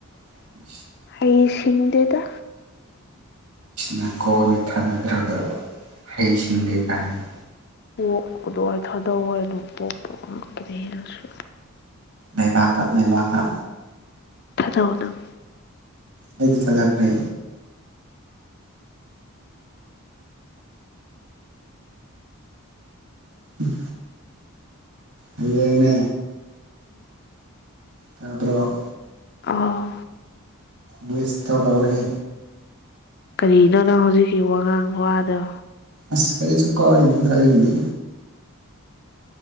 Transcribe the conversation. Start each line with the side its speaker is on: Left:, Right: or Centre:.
Right: <unintelligible>
Left: ꯍꯩꯁꯤꯡꯗꯦꯗ
Right: ꯅꯥꯀꯣꯛꯗꯨ ꯊꯥꯗꯗ꯭ꯔꯒ ꯍꯩꯁꯤꯡꯗꯦ ꯀꯥꯏꯅ꯫
Left: ꯀꯣꯛꯀꯗꯣ ꯊꯥꯗꯧ ꯍꯥꯏꯅꫭ ꯀꯣꯛꯄꯨ ꯑꯉꯛꯄꯅꯦꯍꯦ ꯅꯪꯁꯨ꯫
Right: ꯂꯩꯕꯥꯛꯇ-ꯂꯩꯕꯥꯛꯇ꯫
Left: ꯊꯗꯧ ꯅꯪ꯫
Right: ꯑꯩꯗꯤ ꯊꯥꯗꯈ꯭ꯔꯦ꯫ ꯎꯝ ꯍꯌꯦꯡꯅꯦ
Left: <inaudible>
Right: ꯇꯥꯕ꯭ꯔꫭ꯫
Left: ꯑꯥ
Right: ꯋꯦꯁ ꯇꯧꯔꯛꯎꯍꯦ꯫
Left: ꯀꯔꯤꯅꯣ ꯅꯪ ꯍꯧꯖꯤꯛꯀꯤ ꯋꯥꯉꯥꯡ ꯋꯥꯗꯣ꯫
Right: ꯑꯁ ꯀꯔꯤꯁꯨꯨ ꯀꯥꯏꯗꯦꯗ ꯑꯩꯒꯤꯗꯤ꯫